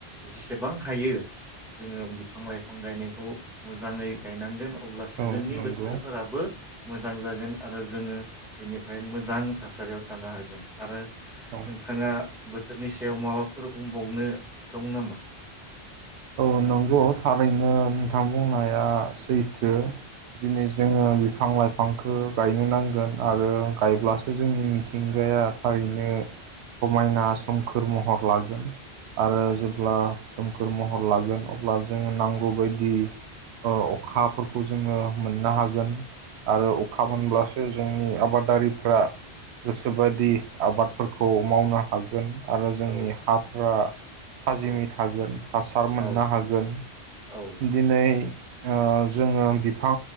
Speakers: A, in the centre; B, on the right.
A: जेसेबां हायो जोङो बिफां लाइफां गायनायखौ मोजाङै गायनांगोन। अब्लासो
B: औ
A: जोंनि
B: नंगौ
A: बोथोरफोराबो। मोजां जागोन आरो जोङो बिनिफ्राय मोजां थासारियाव थानो हागोन आरो।
B: औ
A: नोंथाङा। बोथोरनि सायाव माबाफोर बुंबावनो दं नामा?
B: औ नंगौ थारैनो नोंथां बुंनाया सैथो दिनै जोङो बिफां लाइफांखौ गायनो नांगोन आरो गायब्लासो जोंनि मिथिंगाया थारैनो समायना सोमखोर महर लागोन। आरो जेब्ला। सोमखोर महर। लागोन अब्ला जोङो नांगौ बायदिओह अखाफोरखौ जोङो मोननो हागोन। आरो अखा
A: औ
B: मोनब्लासो जोंनि आबादारि फोरा गोसोबायदि आबादफोरखौ मावनो हागोन। आरो जोंनि
A: औ
B: हाफोरा थाजिमै
A: औ
B: थागोन हास सार मोननो
A: औ
B: हागोन।
A: औ
B: दिनै ओह जोङो बिफां